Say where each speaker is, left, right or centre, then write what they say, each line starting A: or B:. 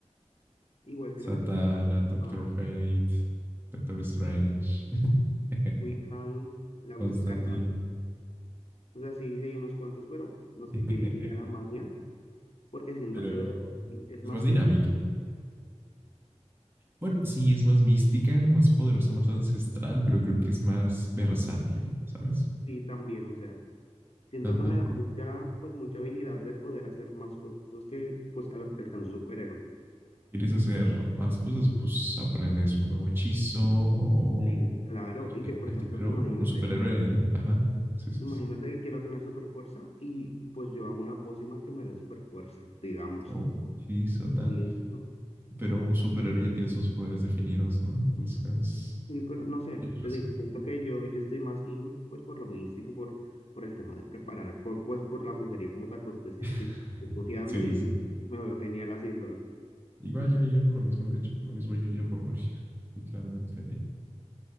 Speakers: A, on the left; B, on the right.
A: igual
B: Satana,
A: creo que sí, porque es
B: Doctor
A: más
B: Fate, Doctor Strange, <laughs>
A: Wiccan, la Bruja
B: Constantine.
A: Escarlata. O sea, sí, sí hay unos cuantos, pero no
B: <laughs>
A: sé, yo elegiría la magia, porque siento
B: pero
A: que de por sí es
B: es
A: más
B: más dinámica.
A: místico
B: Bueno, sí, es más mística, más poderosa, más ancestral, pero creo que es más versátil, ¿sabes?
A: y también, o sea, siento
B: Ajá.
A: que me da mucha, pues mucha habilidad de poder hacer más cosas que, pues, a los que alcanza un superhéroe.
B: ¿Quieres hacer más cosas? Pues aprendes un nuevo hechizo o
A: Liz, claro,
B: un artefacto,
A: y que por ejemplo,
B: pero
A: imagínate
B: un superhéroe, ajá, sí, sí, sí,
A: Imagínate que quiero tener super fuerza y pues yo hago una pócima que me dé super fuerza, digamos.
B: o un hechizo, tal.
A: Listo.
B: Pero un superhéroe ya tiene sus poderes definidos, ¿no? Entonces,
A: Y pero no sé,
B: tienes razón.
A: te digo, siento que yo, yo estoy más in, pues por lo místico, por, por el tema de preparar, por, pues por la brujería como tal, pues decir
B: <laughs>
A: sí, estoy brujeando
B: Sí,
A: y
B: sí.
A: me veo genial haciéndolo.
B: Igual yo iría por lo mismo, de hecho, por lo mismo yo iría por magia, literalmente.